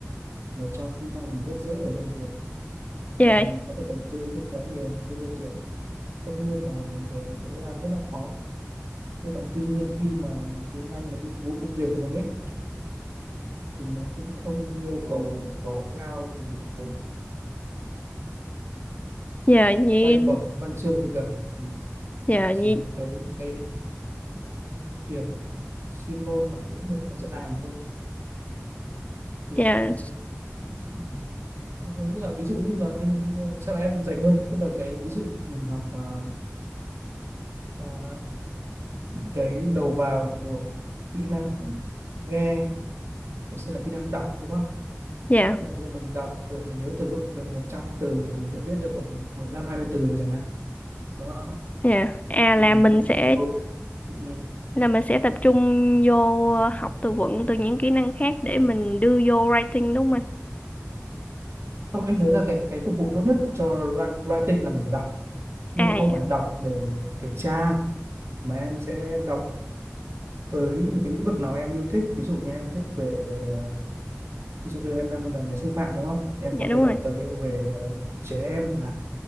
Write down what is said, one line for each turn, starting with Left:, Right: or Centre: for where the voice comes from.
Right: một trong kỹ năng rất dễ để lên được tức
Left: dạ
Right: là mình có thể đầu tư không quá nhiều để lên được tất nhiên là mình tối đa rất là khó thế còn tuy nhiên khi mà tiếng Anh mà đi phục vụ công việc của mình ấy thì nó cũng không yêu cầu quá cao bởi vì
Left: dạ nhi
Right: bay bổng văn chương gì cả Ừ,
Left: dạ
Right: chỉ
Left: nhi
Right: là cái cái công việc chuyên môn là lĩnh vực mà sẽ làm thôi thì
Left: dạ
Right: ừ, thế tôi nghĩ là ví dụ như là anh ờ, chắc là em dành hơn tức là cái ví dụ mình học ờ, ờ, cái đầu vào của kỹ năng nghe thì sẽ là kỹ năng đọc đúng không
Left: dạ
Right: là bây giờ mình đọc được mình nhớ từ vựng được 100 từ thì mình sẽ viết được khoảng mười lăm hai mươi từ rồi chẳng hạn đúng không
Left: Yeah. À
Right: Thế
Left: là
Right: còn
Left: mình
Right: cái
Left: sẽ
Right: cái câu ừ. ừ.
Left: là mình sẽ tập trung vô ờ, học từ vựng từ những kỹ năng khác để mình đưa vô writing đúng không anh?
Right: không anh thấy là cái cái phục vụ tốt nhất cho wri- writing là mình phải đọc nhưng
Left: À
Right: mà không
Left: dạ,
Right: phải đọc để kiểm tra mà em sẽ đọc với một cái lĩnh vực nào em yêu thích ví dụ như em thích về ờ, ví dụ như em đang làm về sư phạm đúng không em
Left: dạ
Right: có
Left: đúng
Right: thể đọc
Left: rồi.
Right: tài liệu về ờ, trẻ em chẳng hạn